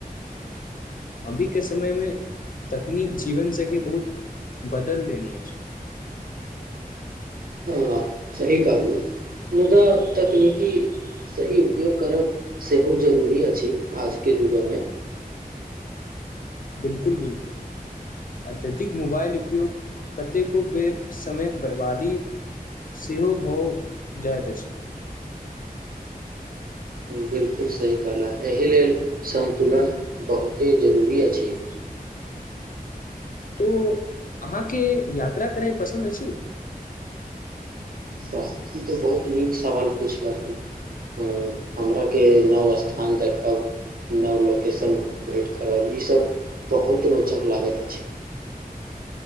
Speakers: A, on the left; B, on the right.
A: अभीके समयमे तकनीक जीवन सबके बहुत बदल देने अछि
B: हँ सही कहलू मुदा तकनीकी सही उपयोग करब सेहो जरूरी अछि आजके जुग मे
A: बिलकुल बिलकुल अत्यधिक मोबाइल उपयोग कतेको बेर समयक बर्बादी सेहो भउ जाइत अछि
B: बिल्कुल सही कहला एहि लेल सन्तुलन बहुते जरूरी अछि
A: तो अहाँके यात्रा करय पसन्द अछि
B: ब ई तऽ बहुत नीक सवाल पूछलखिन हमराके नव स्थान देखब नव लोकेशन भेँट करब ईसभ बहुत रोचक लागैत अछि।